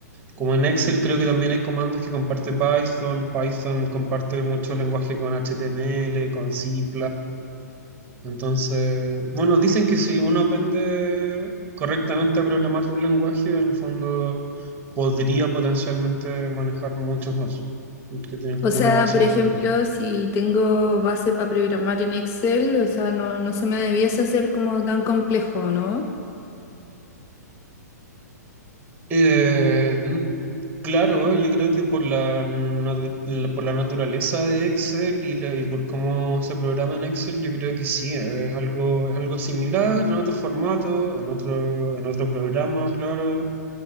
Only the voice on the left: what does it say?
o
sea,
por
ejemplo,
si tengo base para programar en Excel, o sea, no, no se me debiese hacer como tan complejo, ¿no?